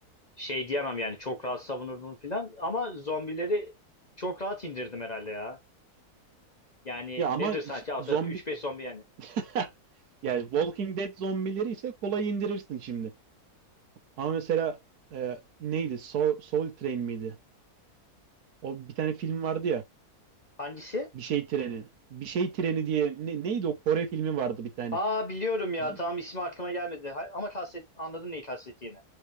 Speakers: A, on the left; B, on the right.
A: Şey diyemem yani çok rahat savunurdum filan ama zombileri çok rahat indirdim herhalde ya. Yani
B: Ya ama
A: nedir sanki
B: ş-
A: alt
B: zombi
A: tarafı 3-5 zombi yani.
B: <laughs> yani Walking Dead zombileri ise kolay indirirsin şimdi. Ama mesela e, neydi? Soul, Soul Train miydi? O bir tane film vardı ya.
A: Hangisi?
B: Bir şey treni. Bir şey treni diye ne- neydi o Kore filmi vardı bir tane.
A: Aa biliyorum ya
B: Z-
A: tam ismi aklıma gelmedi Ha- ama kastet, anladım neyi kastettiğini.